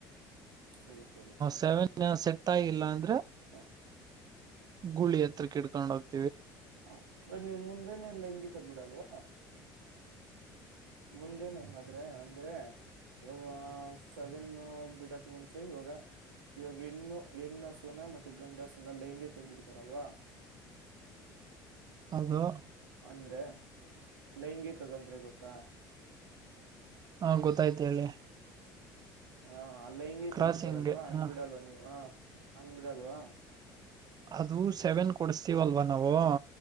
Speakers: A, on the right; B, on the right.
A: ಸರಿ ಸರಿ
B: ಸೆವೆನ್ ಸೆಟ್ ಆಗಿಲ್ಲ ಅಂದ್ರೆ
A: ಹ
B: ಗುಳಿ ಎತ್ರ ಕೆ ಇಡ್ಕೊಂಡುೋಗ
A: ಹ ನಿಮ್ ಮುಂದೆನೆ ಲೈಂಗಿಕಕ್ ಬಿಡಲ್ವ ಮುಂದೆನೆ ಆದ್ರೆ ಅಂದ್ರೆ ಇವಾಗ ಸವೆನ್ ಬಿಡಕ್ ಮುಂಚೆ ಇವಾಗ ಇವಾಗ ಹೆಣ್ಣು ಹೆಣ್ಣು ಹಸುನ ಮತ್ ಗಂಡ ಹಸುನ ಲೈಂಗಕ್ ಬಿಡ್ತಾರಲ್ವಾ
B: ಅದು
A: ಅಂದ್ರೆ ಲೈಂಗಿಕಗಂದ್ರೆ ಗೊತ್ತಾ
B: ಹಾ ಗೊತ್ತಾಯ್ತ ಹೇಳಿ
A: ಹಾಂ ಅಲ್ ಲೈಂಗಿಕ
B: ಕ್ರಾಸಿಂಗ್ಗೆ
A: ಬಿಡ್ತಾರಲ್ವಾ ಹಂಗ್
B: ಹ
A: ಬಿಡಲ್ವ ನೀವು ಹಂಗ್ ಬಿಡಲ್ವಾ
B: ಅದು ಸೆವೆನ್ ಕೊಡಸ್ತೀವಲ್ವನ್ ನಾವಗ